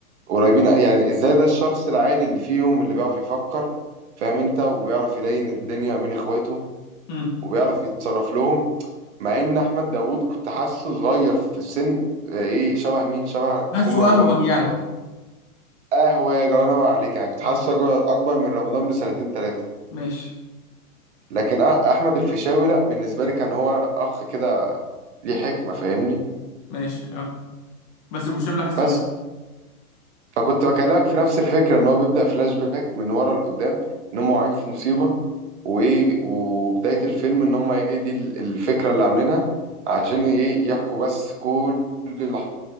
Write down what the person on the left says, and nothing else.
امم
بس
واهوج
يعني
اه
ماشي
ماشي اه بس ابو هشام لحس دماغه